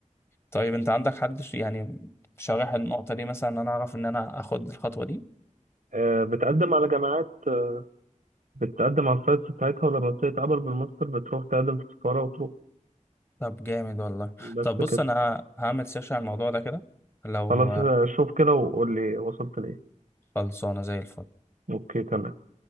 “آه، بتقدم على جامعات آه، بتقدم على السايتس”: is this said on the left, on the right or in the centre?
Right